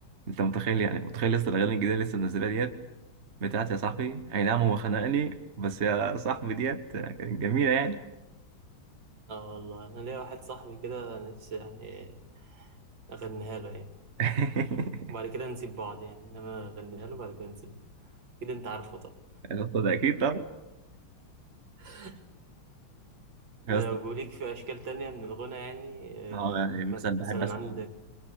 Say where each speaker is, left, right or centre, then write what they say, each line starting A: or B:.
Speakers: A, on the right (about 40°); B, on the right (about 65°).
A: انت متخيل يعني متخيل لسه الاغاني الجديده اللي لسه منزلها ديت بتاعت يا صاحبي اي نعم هو خنقني بس يا صاحبي ديت كانت جميله يعني
B: اه والله انا ليا واحد صاحبي كده أنا نفسي يعني اغنيها له يعني
A: <laughs>
B: وبعد كده نسيب بعض يعني انما اغنيها له بعد كده نسيب كده انت عارفه طبعا
A: يا اسطى ده اكيد طبعا
B: <laughs>
A: يا
B: لو
A: اسطى
B: ليك في أشكال تانية من الغنى يعني آه،
A: اه يعني مثلا بحب
B: مثلا
A: اسمع
B: عندك